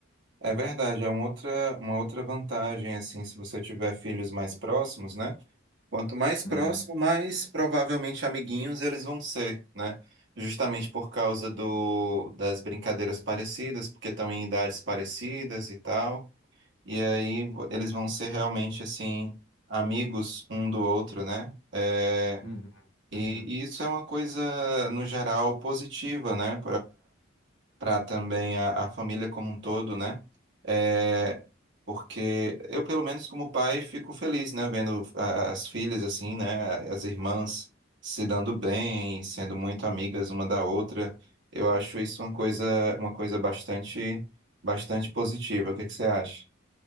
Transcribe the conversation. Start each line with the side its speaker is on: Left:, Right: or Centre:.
Right: É verdade. É uma outra, uma outra vantagem, assim, se você tiver filhos mais próximos, né? Quanto mais próximo,
Left: Uhum,
Right: mais provavelmente amiguinhos eles vão ser, né? Justamente por causa do, das brincadeiras parecidas, porque estão em idades parecidas e tal. E aí vo- eles vão ser realmente, assim, amigos um do outro, né? É,
Left: uhum,
Right: e,
Left: uhum.
Right: e isso é uma coisa, no geral, positiva, né? para também a, a família como um todo, né? É, porque eu, pelo menos como pai, fico feliz, né? Vendo a- as filhas assim, né? As irmãs se dando bem, sendo muito amigas uma da outra. Eu acho isso uma coisa, uma coisa bastante, bastante positiva. O que que você acha?